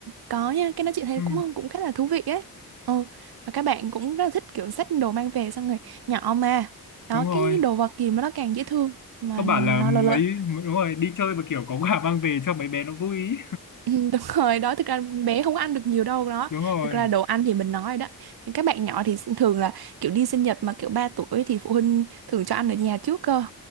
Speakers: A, on the right; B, on the left.
A: có nha, cái đó chị thấy
B: ừ,
A: cũng cũng khá là thú vị ấy. Ừ và các bạn cũng rất là thích kiểu xách đồ mang về xong rồi nhỏ mà. Đó
B: đúng rồi
A: cái đồ vật gì mà nó càng dễ thương mà
B: các bạn
A: nó
B: là mấy
A: lớn lớn
B: đúng rồi đi chơi mà kiểu có quà mang về cho mấy bé nó vui ý.
A: <laughs> Ừ, đúng rồi đó thực ra bé không có ăn được nhiều đâu đó
B: đúng rồi
A: thực ra đồ ăn thì mình nói đó các bạn nhỏ thì sẽ thường là kiểu đi sinh nhật mà kiểu 3 tuổi thì phụ huynh thường cho ăn ở nhà trước cơ